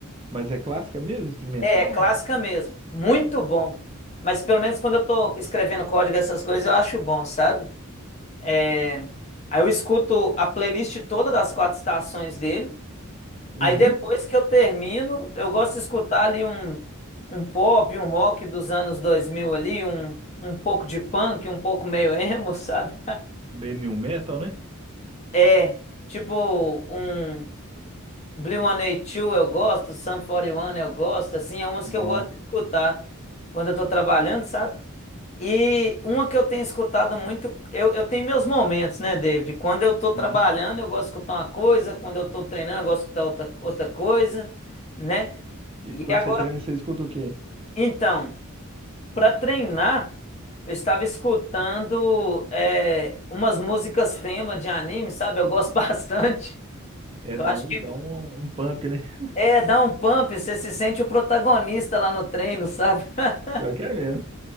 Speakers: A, on the right; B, on the left.
A: Mas é clássica mesmo? Instrumental?
B: É, é clássica mesmo, muito bom. Mas pelo menos quando eu estou escrevendo código, essas coisas, eu acho bom, sabe? É, aí eu escuto a playlist toda das quatro estações dele.
A: Uhum.
B: Aí depois que eu termino, eu gosto de escutar ali um, um pop, um rock dos anos 2000 ali, um, um pouco de punk, um pouco meio emo, <laughs> sabe?
A: Meio new metal, né?
B: É, tipo um blink um eighty Two eu gosto, Sum forty One eu gosto, assim, é umas
A: É bom.
B: que eu gosto de escutar quando eu tô trabalhando, sabe? E uma que eu tenho escutado muito, eu, eu tenho meus momentos, né, David? Quando eu tô trabalhando,
A: Uhum.
B: eu gosto de escutar uma coisa, quando eu tô treinando, eu gosto de escutar outra, outra coisa, né?
A: E
B: E
A: quando
B: agora
A: você treina, você escuta o quê?
B: Então, para treinar, eu estava escutando é, umas músicas tema de anime, sabe? Eu gosto <laughs> bastante.
A: É
B: Eu
A: dar
B: acho
A: um,
B: que
A: dá um, um pump, né? <laughs>
B: é dá um pump, você se sente o protagonista lá no treino, sabe? <laughs>
A: Eu quero mesmo.